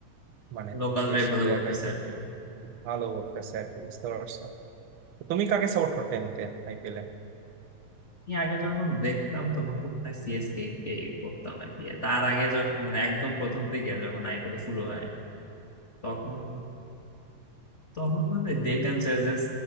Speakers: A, on the right; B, on the left.
A: মানে
B: লোকালরাই
A: দেশি
B: ভালো
A: প্লেয়াররাই
B: করতেছে আর কি
A: ভালো করতেছে আর কি বুঝতে পারছো তো তুমি কাকে সাপোর্ট করতে এমনিতে আইপিএল এ
B: আমি আগে যখন দেখতাম তখন তো মনে হয় সিএসকে কে করতাম আর কি তার আগে যখন মানে একদম প্রথম দিকে যখন আইপিএল শুরু হয় তখন তখন মানে ডেকান চার্জার্স